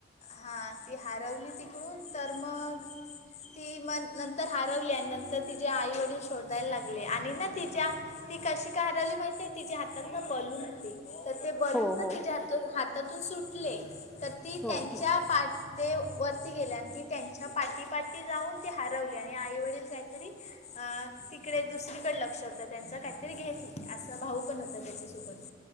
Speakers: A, on the left; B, in the centre.
A: हां ती हरवली तिकडून तर मग ती मन नंतर हरवली आणि नंतर तिचेे आई वडील शोधायला लागले आणि ना तिच्या ती कशी काय हरवली माहिते? तिच्या हातात ना बलून होते, तर ते बलून
B: हो
A: ना
B: हो
A: तिच्या <unintelligible> हातातून सुटले. तर ती
B: हो
A: त्यांच्या
B: हो
A: पा ते वरती गेले आणि ती त्यांच्या पाठी पाठी जाऊन ती हरवली आणि आईवडील काहीतरी अ तिकडे दुसरीकडे लक्ष होतं त्यांचं काहीतरी घेत होते असं भाऊ पण होता त्याच्यासोबत